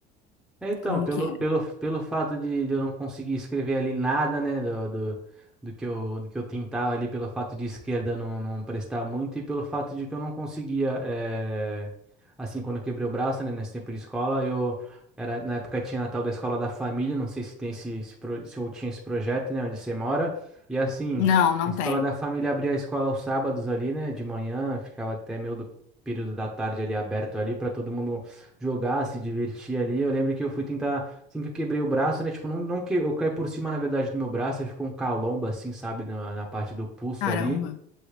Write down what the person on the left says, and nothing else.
Como
que era?
Não, não
tem.
Caramba,